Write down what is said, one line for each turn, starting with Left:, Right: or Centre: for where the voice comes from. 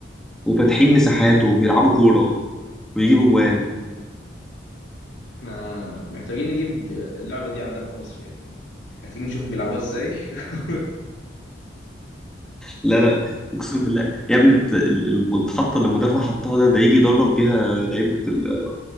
Centre: وفاتحين مساحات وبيلعبوا كوره ويجيبوا جوان
Left: احنا محتاجين نجيب اللعبه دي عندنا في مصر يعني. عايزين نشوف بيلعبوها ازاي <laughs>
Centre: لا لا اقسم بالله يا ابني انت ال- المحطه اللي المدافع حطها ده ده يجي يدرب بيها لعيبه ال-